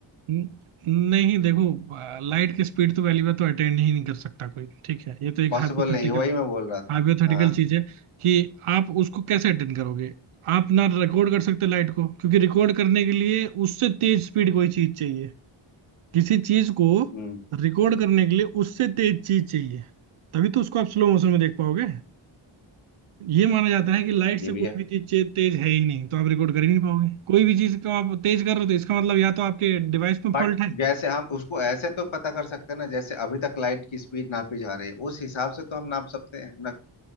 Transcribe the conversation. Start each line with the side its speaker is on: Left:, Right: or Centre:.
Right: न- नहीं देखो लाइट की स्पीड तो पहली बात तो अटेंड ही नहीं कर सकता कोई ठीक है ये तो एक
Left: पॉसिबल
Right: हाइपोथेटिकल
Left: नहीं है, वही मैं बोल रहा था
Right: हाइपोथेटिकल
Left: हाँ
Right: चीज है कि आप उसको कैसे अटेंड करोगे आप ना रिकॉर्ड कर सकते लाइट को क्योंकि रिकॉर्ड करने के लिए उससे तेज स्पीड कोई चीज चाहिए किसी चीज को
Left: हम्म
Right: रिकॉर्ड करने के लिए उससे तेज चीज चाहिए तभी तो उसको आप स्लो मोशन में देख पाओगे ये माना जाता है कि लाइट
Left: ये
Right: से
Left: भी
Right: कोई
Left: है
Right: भी चीज तेज है ही नहीं तो आप रिकॉर्ड कर ही नहीं पाओगे कोई भी चीज को आप तेज कर रहे हो तो इसका मतलब या तो आपके डिवाइस में
Left: बट
Right: फॉल्ट है
Left: जैसे हम उसको ऐसे तो पता कर सकते हैं ना जैसे अभी तक लाइट की स्पीड नापी जा रही है उस हिसाब से तो हम नाप सकते हैं ना